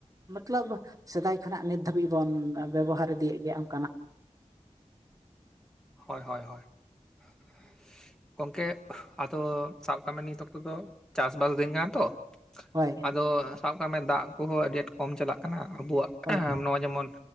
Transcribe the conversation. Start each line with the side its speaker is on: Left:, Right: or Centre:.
Right: ᱢᱚᱛᱞᱚᱵ ᱥᱮᱫᱟᱭ ᱠᱷᱚᱱᱟᱜ ᱱᱤᱛ ᱫᱷᱟᱹᱵᱤᱡ ᱵᱚᱱ ᱵᱮᱵᱚᱦᱟᱨ ᱤᱫᱤᱭᱮᱫ ᱜᱮᱭᱟ ᱚᱱᱠᱟᱱᱟᱜ ᱾
Centre: ᱦᱚᱭ ᱦᱚᱭ ᱦᱚᱭ ᱾ ᱜᱚᱝᱠᱮ ᱟᱫᱚ ᱥᱟᱵ ᱠᱟᱜ ᱢᱮ ᱱᱤᱛ ᱚᱠᱛᱚ ᱫᱚ ᱪᱟᱥᱵᱟᱥ ᱫᱤᱱ ᱠᱟᱱᱟ ᱛᱚ ᱾
Right: ᱦᱳᱭ
Centre: ᱟᱫᱚ ᱥᱟᱵ ᱠᱟᱜ ᱢᱮ ᱫᱟᱜ ᱠᱚᱦᱚᱸ ᱟᱹᱰᱤ ᱟᱸᱴ ᱠᱚᱢ ᱪᱟᱞᱟᱜ ᱠᱟᱱᱟ ᱟᱵᱚᱣᱟᱜ ᱾
Right: ᱦᱳᱭ
Centre: ᱮᱸᱦ ᱱᱚᱣᱟ ᱡᱮᱢᱚᱱ